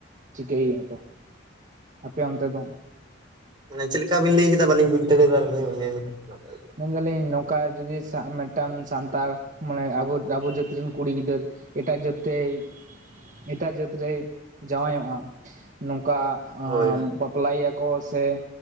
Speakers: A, on the right; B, on the right.
A: ᱪᱤᱠᱟᱹᱭᱮᱭᱟ ᱠᱚ? ᱟᱯᱮ ᱚᱱᱛᱮ ᱫᱚᱼᱼ
B: ᱢᱟᱱᱮ ᱪᱮᱫ ᱞᱮᱠᱟ ᱵᱤᱱ ᱞᱟᱹᱭ ᱠᱮᱫᱟ ᱵᱟᱹᱞᱤᱧ ᱵᱩᱡᱫᱟᱲᱮ ᱟᱫᱟ ᱞᱟᱹᱭ ᱞᱮᱠᱷᱟᱱ ᱱᱟᱯᱟᱭᱼᱼ
A: ᱢᱮᱱᱫᱟᱞᱤᱧ ᱱᱚᱝᱠᱟ ᱡᱩᱫᱤ ᱢᱤᱫᱴᱟᱝ ᱥᱟᱱᱛᱟᱲ ᱢᱟᱱᱮ ᱟᱵᱚ ᱟᱵᱚ ᱡᱟᱹᱛ ᱨᱮᱱ ᱠᱩᱲᱤ ᱜᱤᱫᱟᱹᱨᱼᱼ ᱮᱴᱟᱜ ᱡᱟᱹᱛ ᱴᱮᱭ ᱮᱴᱟᱜ ᱡᱟᱹᱛ ᱨᱮᱭ ᱡᱟᱶᱟᱭᱚᱜᱼᱟ ᱱᱚᱝᱠᱟᱼᱼ
B: ᱦᱳᱭ ᱦᱳᱭ
A: ᱵᱟᱯᱞᱟᱭᱮ ᱭᱟᱠᱚ ᱥᱮ